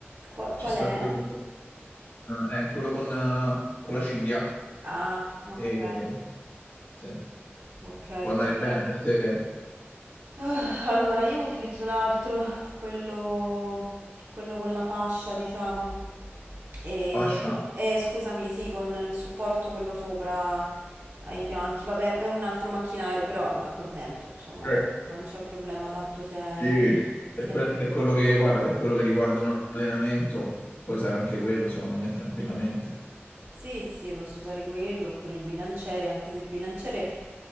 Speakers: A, on the right; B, on the left.
A: Qua-
B: Ci
A: qual
B: sta
A: è?
B: quello, con- eh, eh, quello con, eh, con la cinghia.
A: Ah, ok.
B: E, sì,
A: Ok,
B: può andare
A: ok.
B: bene per te.
A: Ah, Allora, io utilizzo l'altro, quello, quello con la fascia, diciamo. E,
B: Fascia?
A: però- eh, scusami, sì, con il supporto quello sopra ai fianchi. Vabbè, è un altro macchinario, però mi accontento, insomma,
B: Eh,
A: no? Non c'è problema, tanto se è,
B: Sì. Per,
A: se
B: quel-
A: è per...
B: per quello che guarda, per quello che riguarda un allenamento, puoi usare anche quello, secondo me, tranquillamente.
A: Sì, sì, posso usare quello, oppure il bilanciere, anche se il bilanciere